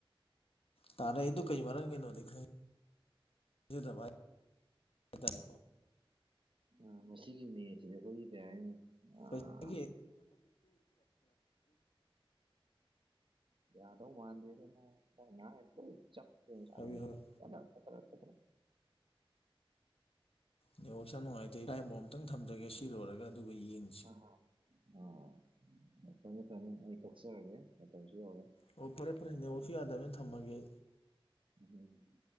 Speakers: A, on the left (about 75°); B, on the right (about 60°).
A: ꯇꯥꯔꯛ ꯑꯩꯗꯣ ꯀꯩ ꯃꯔꯝꯒꯤꯅꯣꯗꯤ ꯈꯪꯚ ꯍꯥꯏꯇꯥꯔꯦꯀꯣ
B: ꯑ ꯃꯁꯤꯒꯤꯅꯦꯁꯤꯗ ꯑꯩꯈꯣꯏꯒꯤ ꯀꯩ ꯍꯥꯏꯅꯤ ꯑꯥ
A: ꯄꯩꯁꯒꯤ
B: ꯌꯥꯗꯣ ꯃꯥꯟꯗꯗ
A: ꯍꯥꯏꯕꯤꯌꯨ
B: ꯏꯦ
A: ꯍꯥꯏꯕꯤꯌꯨ ꯅꯦꯠꯋꯥꯛꯁꯨ ꯌꯥꯝ ꯅꯨꯡꯉꯥꯏꯇꯦ ꯏꯐꯥꯏ ꯕꯣꯝꯇꯪ ꯊꯝꯖꯒꯦ ꯁꯤ ꯂꯣꯏꯔꯒ ꯑꯗꯨꯒ ꯌꯦꯡꯉꯤ
B: ꯑ ꯑꯥ ꯐꯅꯤ ꯐꯅꯤ ꯑꯩ ꯀꯛꯆꯔꯒꯦ ꯃꯇꯝꯁꯨ ꯌꯧꯔꯦ
A: ꯑꯣ ꯐꯔꯦ ꯐꯔꯦꯅꯦ ꯑꯣꯐ ꯌꯥꯗꯕꯅ ꯊꯝꯃꯒꯦ
B: ꯎ